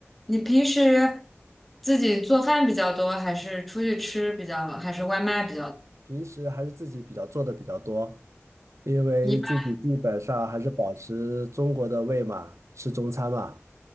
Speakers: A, in the centre; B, on the right.
A: 你平时自己做饭比较多，还是出去吃比较，还是外卖比较多
B: 平时还是自己比较做的比较多，因为自己基本上还是保持中国的胃嘛，
A: 你一般
B: 吃中餐嘛。